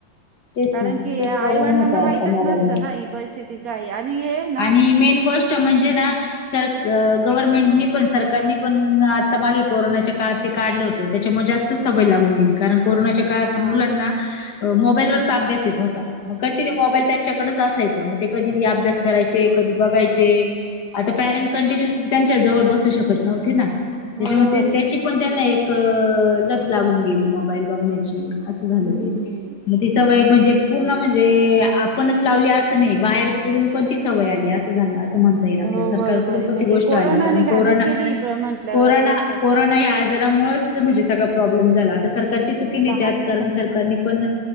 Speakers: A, on the left; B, on the right.
A: तेच
B: कारण
A: ना
B: की
A: तेच
B: आईवडिलांना
A: प्रॉब्लेम होतय
B: माहितच
A: आता मोबाईल
B: नसतं
A: मुळे
B: ना ही परिस्थिती. काय आणि हे ना
A: आणि मेन गोष्ट म्हणजे ना सर क गव्हर्नमेंटनी पण सरकारने पण आता मागे कोरोनाच्या काळात ते काढलं होतं त्याच्यामुळे जास्तच सवय लागून गेली कारण कोरोनाच्या काळात
B: हा
A: मुलांना मोबाईलवरच अभ्यास येत होता मग कंटिन्यू मोबाईल त्यांच्याकडेच असायचं मग ते कधी अभ्यास करायचे कधी बघायचे आता पॅरेट कंटिन्युअस त्यांच्या जवळ बसू शकत नव्हते ना
B: बरोबर
A: त्याच्यामुळे ते
B: आहे
A: त्याची पण त्यांना एक क लत लागून गेली मोबाईल बघण्याची असं झालं
B: हम्म
A: ते म ती सवय म्हणजे पूर्ण म्हणजे आपणच लावली असं नाही बाहेर कडून पण ती सवय आली असं झालं अस म्हणता येईल
B: हो
A: सरकारकडून
B: बरोबर आहे
A: पण
B: म्हणजे
A: त गोष्ट
B: कोरोनाने
A: आली कारन
B: घाणच
A: पोरांना
B: केली म्हटल्यावर
A: पोरानं
B: एक
A: पोरांना ही आज त्याच्या मुळच म्हजे सगळा प्रब्लेम झाला आता सरका रची चुकी नाही
B: लहान
A: त्यात कारण
B: मुलं
A: सरकारने पण